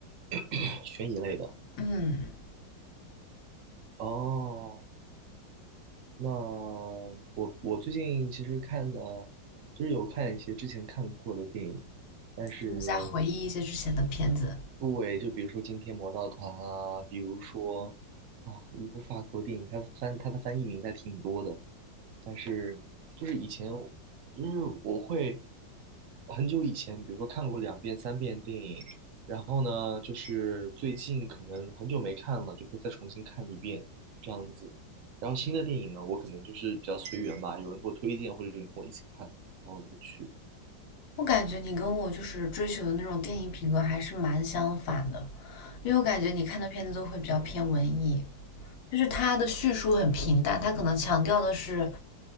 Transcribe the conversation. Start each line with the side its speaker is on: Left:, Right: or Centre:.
Right: 的 <clears throat> 悬疑类的。
Left: 嗯，
Right: 哦，那我我最近其实看的，就是有看一些之前看过的电影，但是
Left: 就是在回忆一些之前的片子。
Right: 对，就比如说今天魔盗团啊，比如说啊，一部法国电影，它的翻它的翻译名还挺多的，但是就是以前就是我会很久以前，比如说看过两遍三遍电影，然后呢，就是最近可能很久没看了，就会再重新看一遍这样子。然后新的电影呢，我可能就是比较随缘吧，有人给我推荐或者有人跟我一起看，然后我就会去。
Left: 我感觉你跟我就是追求的那种电影品格还是蛮相反的，因为我感觉你看的片子都会比较偏文艺，就是它的叙述很平淡，它可能强调的是，